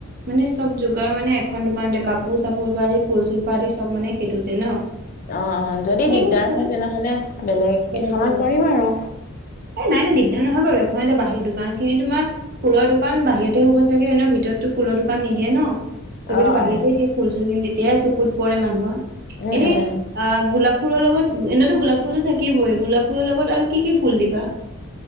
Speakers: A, on the right (about 45°); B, on the left (about 40°).
A: মানে চব যোগাৰ মানে এখন দোকানতে কাপোৰ চাপোৰ পৰা দি, ফুল চুল কৰাদি আদি চব মানে সেইটোতে ন?
B: অঁ অঁ যদি
A: তোমাৰ
B: দিগদাৰ
A: এনে ফুল
B: হয়, তেনেহ'লে বেলেগ
A: বেলেগকে
B: এখনত কৰিম
A: অ
B: আৰু।
A: এ নাই নাই দিগদাৰ নহয় বাৰু এখন এতে বাহিৰ দোকান খিনি তোমাৰ ফুলৰ দোকান বাহিৰতে হ'ব চাগে এনে ভিতৰতো ফুলৰ দোকান নিদিয়ে ন। সবেটো
B: অ
A: বাহিৰতেই
B: অ
A: দিয়ে ফুল চুল খিনি তেতিয়াই চকুত পৰে মানুহৰ,
B: উম
A: এনেই
B: উম
A: আ গোলাপ ফুলৰ লগত এনেইতো গোলাপ ফুলো থাকিবই, গোলাপ ফুলৰ লগত আৰু কি কি ফুল দিবা?